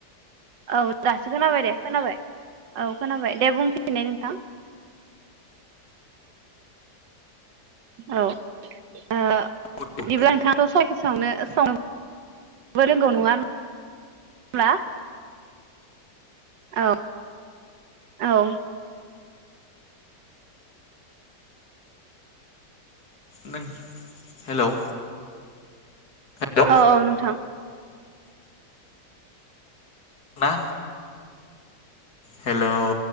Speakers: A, on the right; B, on the left.
A: औ दासो खोनाबाय दे खोनाबाय औ खोनाबाय दे बुंफिनाय नोंथां औ ओ बिदिब्ला
B: खोनादों
A: नोंथाङाथ' साइकि सावनो सावनोबो रोंगौ नङा होनबा औ औ
B: नों हेलौ हेलौ
A: औ औ नोंथां
B: ना हेलौ